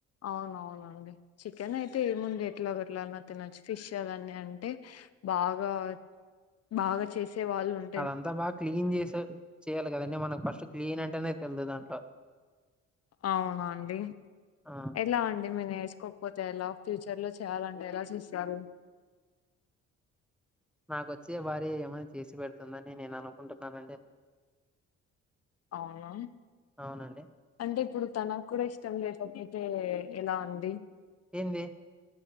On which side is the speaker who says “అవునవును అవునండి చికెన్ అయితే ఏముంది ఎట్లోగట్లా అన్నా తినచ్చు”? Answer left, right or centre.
Left